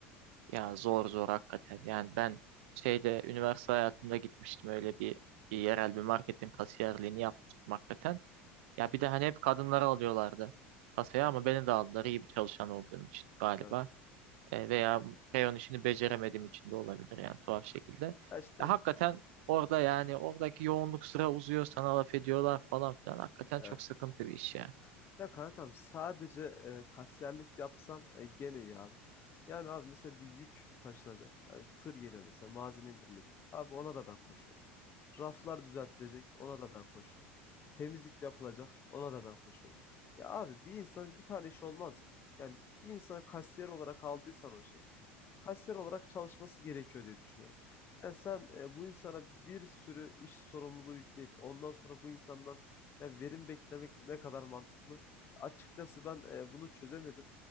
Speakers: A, on the right (about 75°); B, on the left (about 35°).
A: Ya zor zor hakikaten. Yani ben şeyde üniversite hayatımda gitmiştim öyle bir, bir yerel bir marketin kasiyerliğini yapmıştım hakikaten. Ya bir de hani hep kadınları alıyorlardı kasaya ama beni de aldılar iyi bir çalışan olduğum için galiba.
B: Evet.
A: E, veya reyon işini beceremediğim için de olabilir yani tuhaf şekilde.
B: Ya işte
A: Ya hakikaten orada yani oradaki yoğunluk sıra uzuyor sana laf ediyorlar falan filan. Hakikaten
B: evet.
A: çok sıkıntı bir iş ya.
B: evet. Ya kankam sadece e, kasiyerlik yapsam e, gene iyi abi. Yani abi mesela bir yük taşınacak. Yani tır geliyor mesela malzeme indirilecek. Abi ona da ben koşuyorum. Raflar düzeltilecek, ona da ben koşuyorum. Temizlik yapılacak, ona da ben koşuyorum. Ya abi bir insan bir tane iş olmaz mı? Yani bir insana kasiyer olarak aldıysan o işi kasiyer olarak çalışması gerekiyor diye düşünüyorum. Yani sen e, bu insana bir sürü iş sorumluluğu yükleyip ondan sonra bu insandan yani verim beklemek ne kadar mantıklı? Açıkçası ben e, bunu çözemedim.